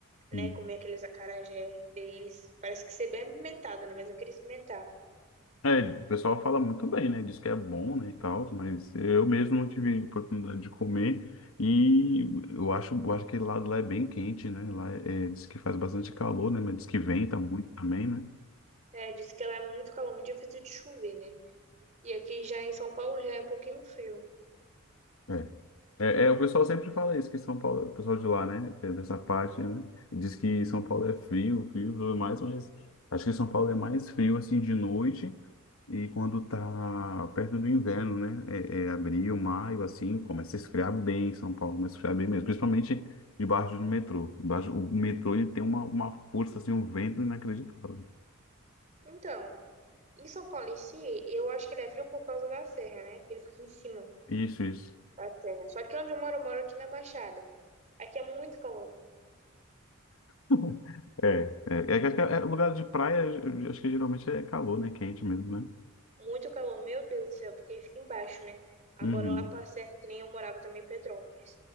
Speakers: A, on the right; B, on the left.
A: né?
B: Hum.
A: Comer aqueles acarajé deles. Parece que ser bem alimentado, né? Mas eu queria experimentar.
B: É, o pessoal fala muito bem, né? Diz que é bom, né, e tal, mas eu mesmo
A: Sim.
B: não tive oportunidade de comer e eu acho, eu acho que lá, lá é bem quente, né? Lá é, é, diz que faz bastante calor, né? Mas diz que venta muito também, né?
A: É, disse que lá é muito calor, muito difícil de chover, né? E aqui já em São Paulo já é um pouquinho frio.
B: É. É, é, o pessoal sempre fala isso, que São Paulo, o pessoal de lá, né, de- dessa parte, né, diz que São Paulo é frio, frio e tudo mais, mas acho que São Paulo é mais frio, assim, de noite e quando tá perto do inverno, né, é, é abril, maio, assim, começa a esfriar bem em São Paulo, começa a esfriar bem mesmo, principalmente debaixo do metrô. Debaixo, o metrô, ele tem uma, uma força, assim, um vento inacreditável.
A: Então, em São Paulo em si, eu acho que ele é frio por causa da serra, né? Ele fica em cima
B: Isso, isso.
A: da serra. Só que onde eu moro, eu moro aqui na Baixada. Aqui é muito calor.
B: <laughs> É, é, é, que acho que é lugar de praia, acho que geralmente é calor, né, quente mesmo, né?
A: Muito calor, meu Deus do céu, porque fica embaixo, né? Agora
B: Uhum.
A: lá pra Serra, que nem eu morava também em Petrópolis.